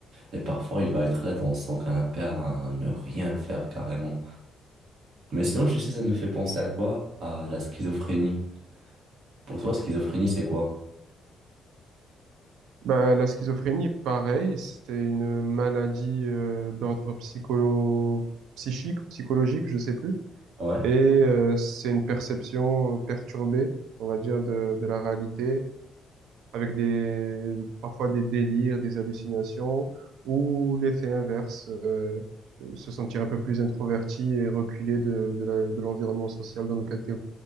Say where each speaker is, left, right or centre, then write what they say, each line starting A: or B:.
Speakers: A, on the right; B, on the right.
A: Et parfois, il va être là dans son canapé à ne rien faire carrément. Mais sinon, tu sais, ça me fait penser à quoi? À la schizophrénie. Pour toi, schizophrénie, c'est quoi?
B: Bah, la schizophrénie, pareil, c'est une maladie euh, d'ordre psycholo psychique, psychologique, je sais plus.
A: Ouais.
B: Et euh, c'est une perception euh, perturbée, on va dire, de, de la réalité, avec des parfois des délires, des hallucinations, ou l'effet inverse, euh, se sentir un peu plus introverti et reculé de, de la- de l'environnement social dans lequel tu